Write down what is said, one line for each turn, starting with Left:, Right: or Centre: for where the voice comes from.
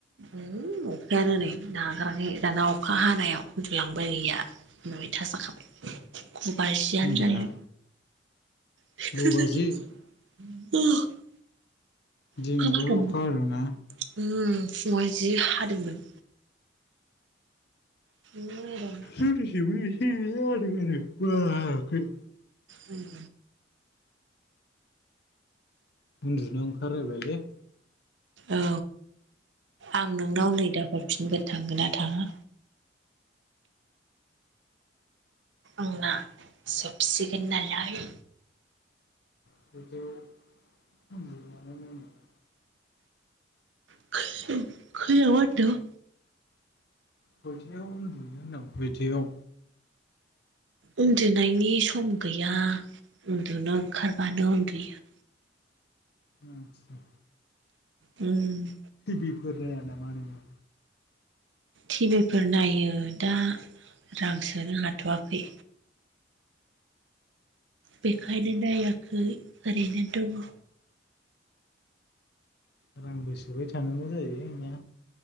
Right: उम‌ अखायानो नै नागाराखै दाना अखा हानायाव उन्दुलांबाय गैया‌। नयथा जाखाबाय। गुबाजियानो
Left: गैया।
Right: जायो। <unintelligible>
Left: गु बाजि? दिनैबो
Right: अखा हादोंमोन
Left: अखा हादोंना?
Right: उम फुङावहाय जि हादोंमोन‌। <unintelligible>
Left: जोंनिखैबो एसे एनै हादों आरो बारा हायाखै।
Right: उम
Left: उन्दुनो ओंखार लायबायलै।
Right: औ आं नोंनाव नै दा हरफिनगोन थांगोन ना थाङा। आंना जोबसिगोन नालाय।
Left: <unintelligible>
Right: <unintelligible> खैयावाहोनदों
Left: गंसेयाव उन्दुयो होनदां बिदियाव।
Right: उन्दुनायनि सम गैया उन्दुनो ओंखारबानो उन्दुयो।
Left: आतसा
Right: उम
Left: टिभिफोर नाया नामा नोंङो?
Right: टिभिफोर नायो दा रां सोनो हाथ'आखै। बेखायनो नायाखै ओरैनो दङ।
Left: रांबो सोबाय थानांगौ जायो ना।